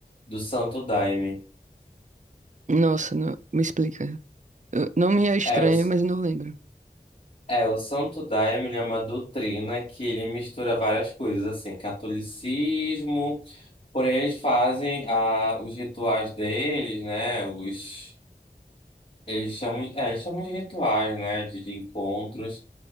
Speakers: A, on the left (about 45°); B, on the right (about 50°).
A: Do Santo Daime.
B: Nossa, não- me explica. Eu- não me é estranho,
A: É, o, s-
B: mas eu não lembro.
A: é, o Santo Daime ele é uma doutrina que ele mistura várias coisas, assim, catolicismo. Porém, eles fazem a, os rituais deles, né? Os. Eles chamam, é, eles chamam de rituais, né? De, de encontros.